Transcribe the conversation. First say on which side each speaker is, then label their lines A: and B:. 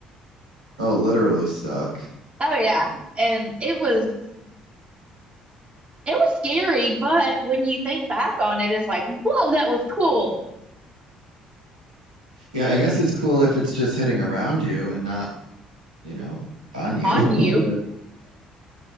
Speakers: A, on the right (about 85°); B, on the right (about 30°).
A: Oh, literally stuck.
B: Oh yeah, and it was it was scary, but when you think back on it, it's like, whoa, that was cool
A: Yeah, I guess it's cool if it's just hitting around you and not, you know, on you.
B: on you.
A: <laughs>